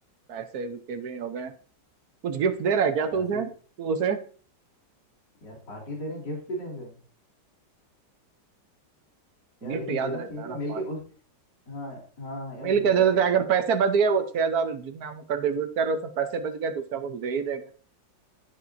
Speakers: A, on the right (about 60°); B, on the left (about 65°).
A: पैसे के भी हो गए कुछ गिफ्ट दे रहा है क्या तू
B: पैसे
A: उसे तू उसे
B: यार पार्टी दे रहे हैं गिफ्ट भी दें उसे यार
A: गिफ्ट
B: लेकिन
A: याद
B: देना
A: रहता
B: चाहिए
A: है
B: क्या
A: ना
B: मिल
A: पार्ट
B: के उस हाँ हाँ हाँ यार
A: मिल
B: ये
A: के
B: बात
A: दे देते
B: भी
A: हैं। अगर
B: है
A: पैसे बच गए वो छह हजार जितने हम कंट्रीब्यूट कर रहे हैं उसमें पैसे बच गए तो उसका कुछ दे ही देंगे